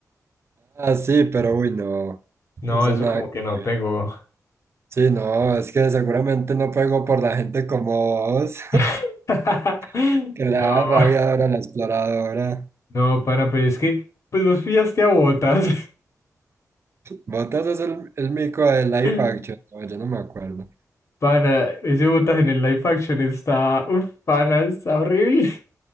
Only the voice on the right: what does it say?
Ah, sí, pero uy, no,
eso
nada
que
ver.
Sí, no, es que seguramente no pego por la gente como vos,
<laughs> que
le da rabia dora la exploradora.
Botas es el, el mico de Life
Action, no, yo no me acuerdo.